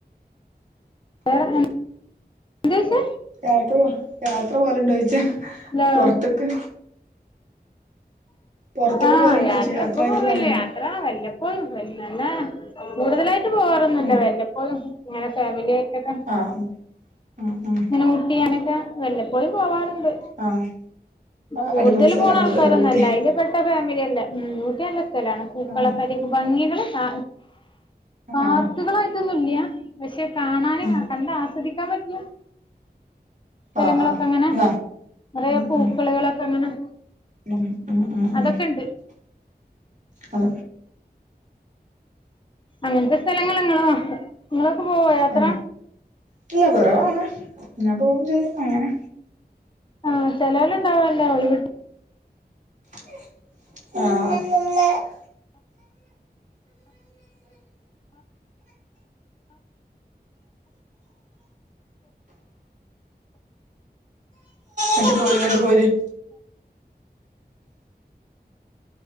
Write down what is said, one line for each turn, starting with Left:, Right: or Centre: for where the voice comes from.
Left: വേറെ <unintelligible> എന്തുയിച്ചേ
Right: യാത്ര പോ യാത്ര പോവല്ണ്ടോയിച്ചേ
Left: ഹലോ
Right: പൊറത്ത്ക്ക്? പൊറത്ത്ക്ക്
Left: ആഹ്
Right: പോവലുണ്ടോയ്ച്ച
Left: യാത്ര
Right: യാത്രായിട്ട്
Left: ഇപ്പം പോവല്ല്യാ.
Right: പോവലുണ്ടോ
Left: യാത്ര വല്ലപ്പോഴും <unintelligible> കൂടുതലായിട്ട് പോവാറൊന്നുല്ല
Right: ഉം
Left: വല്ലപ്പോഴും. ഇങ്ങനെ ഫാമിലിയായിട്ടൊക്കെ
Right: ആഹ് ഉം ഉം.
Left: ഊട്ടി അങ്ങനൊക്കെ വല്ലപ്പോയും പോവാറുണ്ട്
Right: ആഹ് ആഹ്
Left: കൂടുതല്
Right: അടിപൊളി സ്ഥലാണല്ലോല്ലേ
Left: പോണാ അതൊന്നുല്ല
Right: ഊട്ടി
Left: അയില് പെട്ട ഫമിലിയല്ല ഉം ഊട്ടി നല്ല സ്ഥലാണ് പൂക്കളൊക്കെ-
Right: ആഹ്
Left: ഭംഗികള് പാ പാർക്കുകളായിട്ടൊന്നും
Right: ആഹ്
Left: ഇല്ല്യാ- പക്ഷെ കാണാന്
Right: ഉം
Left: കണ്ട് ആസ്വദിക്കാൻ പറ്റിയ സ്ഥലങ്ങളൊക്കെ
Right: ആഹ് ആഹ്
Left: അങ്ങനെ
Right: ന്നാ
Left: നിറയെ
Right: ഉം
Left: പൂക്കള്കളൊക്കെ
Right: ഉം
Left: അങ്ങനെ-
Right: ഉം ഉം ഉം
Left: അതൊക്കെ ഉണ്ട്
Right: അ..
Left: അങ്ങൻത്തെ സ്ഥലങ്ങള നിങ്ങളോക്ക നിങ്ങളൊക്കെ പോവോ യാത്ര?
Right: ഏഹ് ഇല്ല കൊറവാണ് ഞാൻ പോവും ചെയ്യും അങ്ങനെ
Left: ആഹ് ചെലോല് ഉണ്ടാവാല്ലേ ഒഴിവ്
Right: ആഹ്. ഇങ്ങട്ട് പോര് ഇങ്ങട്ട് പോര്-